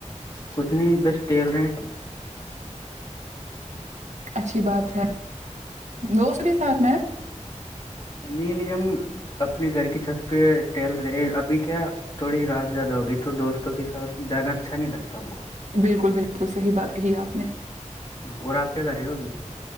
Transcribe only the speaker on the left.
کچھ نہیں بس ٹیل رہے ہیں
نہیں نہیں ہم اپنے گھر کی چھت پہ ٹہل رہے ابھی کیا تھوڑی رات زیادہ ہوگی تو دوستوں کے ساتھ جانا اچھا نہیں لگتا ہم کو
اور آپ کیا کر رہے ہو ابھی